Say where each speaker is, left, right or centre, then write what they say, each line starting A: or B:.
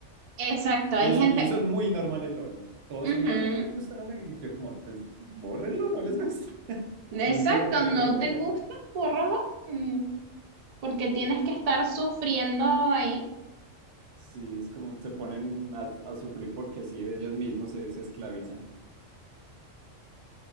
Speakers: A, on the right (about 80°); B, on the right (about 65°).
A: Exacto, hay
B: Y eso,
A: gente.
B: y eso es muy normal en LOL. Todos
A: ujú,
B: son, ay, no me gusta, no me... Y yo como, pues, bórrenlo, no les gusta. <laughs>
A: Exacto,
B: No entiendo por
A: no
B: qué lo juegan.
A: te gusta, bórralo. mm, Porque tienes que estar sufriendo ahí.
B: Sí, es como se ponen a, a sufrir porque sí, ellos mismos se, se esclavizan.